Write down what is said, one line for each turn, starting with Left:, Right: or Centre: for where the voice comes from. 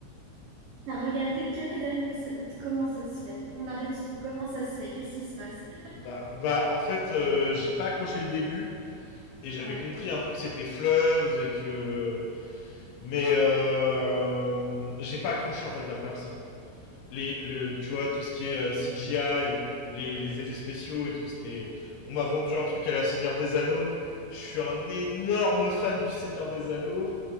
Right: T'as regardé que les dernières... sa- Comment ça se fait? On arrête tout. Comment ça se fait? Qu'est-ce qui se passe?
Left: Bah, bah en fait, euh, j'ai pas accroché le début et j'avais
Right: Ouais,
Left: compris un peu que c'était fleuve et que. Mais euh, j'ai pas accroché en fait la première saison. Les, le, tu vois, tout ce qui est euh, CGI, les, les effets spéciaux et tout, c'était. On m'a vendu un truc à la Seigneur des Anneaux. Je suis un énorme fan du Seigneur des Anneaux.